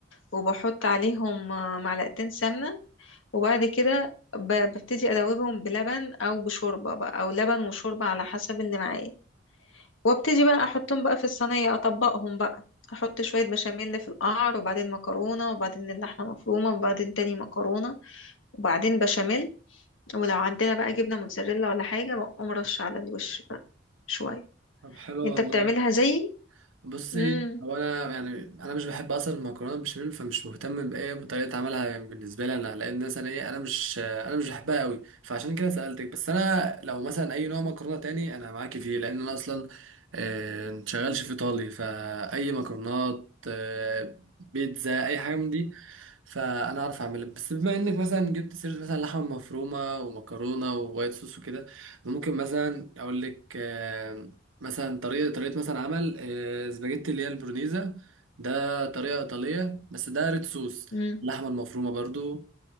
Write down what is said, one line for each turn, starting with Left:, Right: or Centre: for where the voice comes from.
Left: وبحط عليهم معلقتين سمنة وبعد كده ب- ببتدي ادوبهم بلبن او بشوربة بقى او لبن وشوربة على حسب اللي معايا وابتدي بقى احطهم بقى في الصينيه اطبقهم بقى احط شويه بشاميل في القعر وبعدين مكرونه وبعدين اللحمه مفرومه وبعدين تاني مكرونه وبعدين بشاميل ولو عندنا بقى جبنه موتزاريلا ولا حاجه بقوم رش على الوش بقى شويه
Right: طب حلو
Left: انت
Right: والله
Left: بتعملها زيي
Right: بصي
Left: امم
Right: هو انا يعني انا مش بحب اصلا المكرونه بالبشاميل فمش مهتم بايه بطريقه عملها يعني بالنسبه لي انا لان مثلا ايه انا مش انا مش بحبها قوي فعشان كده سالتك بس انا لو مثلا اي نوع مكرونه تاني انا معاكي فيه لان انا اصلا آه، شغال شيف ايطالي فاي مكرونات آه، بيتزا اي حاجه من دي فانا اعرف اعملها بس بما انك مثلا جبت سيره مثلا لحمه مفرومه ومكرونه ووايت صوص وكده ممكن مثلا اقول لك آه، مثلا طريقة طريقة مثلا عمل آه، سباجيتي اللي هي البرونيزا ده طريقة إيطالية بس ده ريد صوص
Left: امم
Right: اللحمة المفرومة برضو